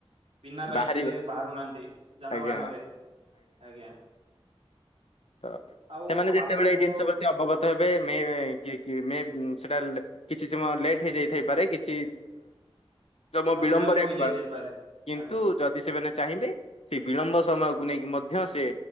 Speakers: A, on the right (about 85°); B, on the left (about 85°).
A: ବିନା ବାଇକ
B: ବାହାରିବ
A: ରେ ବାହାରୁନାହାନ୍ତି ଯାନବାହାନ
B: ଆଜ୍ଞା
A: ରେ ଆଜ୍ଞା
B: ତ
A: ଆଉ
B: ସେମାନେ ଯେତେବେଳେ
A: ଆପଣଙ୍କୁ
B: ଏଇ ଜିନିଷ ପ୍ରତି ଅବଗତ ହେବେ ମେ କି କି ମେ ସେଟା କିଛି ସମୟ ଲେଟ୍ ହେଇଯାଇଥାଇପାରେ କିଛି ତମ
A: ସମୟ
B: ବିଳମ୍ବରେ
A: ବିଳମ୍ବ ହୋଇଯାଇଥାଇପାରେ
B: ପା କିନ୍ତୁ
A: ଆଜ୍ଞା
B: ଯଦି ସେମାନେ ଚାହିଁବେ ସେ ବିଳମ୍ବ ସମୟକୁ ନେଇକି ମଧ୍ୟ ସେ